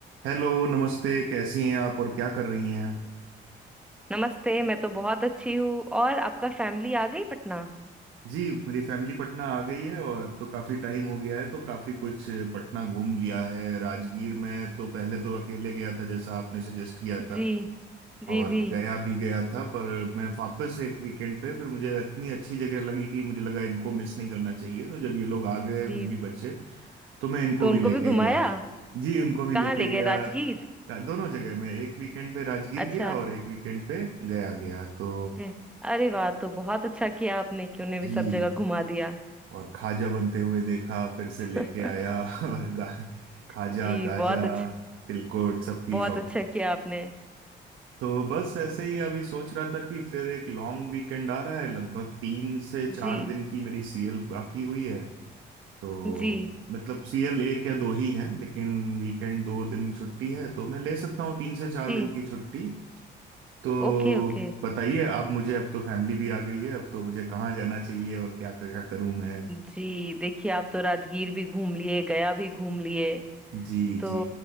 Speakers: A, on the right (about 80°); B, in the centre.
A: Hello नमस्ते कैसी हैं आप और क्या कर रही हैं
B: नमस्ते मैं तो बहुत अच्छी हूँ और आपका फैमिली आ गई पटना
A: जी मेरी फैमिली पटना आ गई है और अब तो काफ़ी टाइम हो गया है तो काफ़ी कुछ पटना घूम लिया है राजगीर में तो पहले तो अकेले गया था जैसा आपने सजेस्ट किया था
B: जी जी
A: और
B: जी
A: गया भी गया था पर मैं वापस एक वीकेंड पे फिर मुझे इतनी अच्छी जगह लगी कि मुझे लगा इनको मिस नहीं करना चाहिए तो जब ये लोग आ गए
B: जी
A: बीवी बच्चे तो मैं इनको
B: तो
A: भी
B: उनको
A: लेके
B: भी घुमाया
A: गया <laughs> जी उनको भी
B: कहाँ
A: लेके
B: ले गए
A: गया
B: राजगीर
A: रा- दोनों जगह मैं एक वीकेंड पे राजगीर
B: अच्छा
A: गया और एक वीकेंड पे गया गया तो
B: ए, अरे वाह तो बहुत अच्छा किया आपने कि उन्हें भी
A: जी
B: सब जगह घुमा दिया
A: और खाजा बनते हुए देखा फिर से लेके
B: <laughs>
A: आया <laughs> और गा, खाजा
B: जी
A: गाजा
B: बहुत अच्छा
A: तिलकुट सबकी
B: बहुत
A: शॉप
B: अच्छा किया आपने
A: तो बस ऐसे ही अभी सोच रहा था कि फिर एक लॉन्ग वीकेंड आ रहा है लगभग तीन से चार
B: जी
A: दिन की मेरी सीएल बाकी हुई है तो
B: जी
A: मतलब सीएल एक या दो ही हैं लेकिन वीकेंड दो दिन छुट्टी है तो मैं ले सकता हूँ तीन से चार
B: जी
A: दिन की छुट्टी तो
B: Okay okay
A: बताइए अब मुझे अब तो फैमिली भी आ गई है अब तो मुझे कहाँ जाना चाहिए और क्या क्या करूँ मैं
B: जी देखिए आप तो राजगीर भी घूम लिए गया भी घूम लिए
A: जी
B: तो
A: जी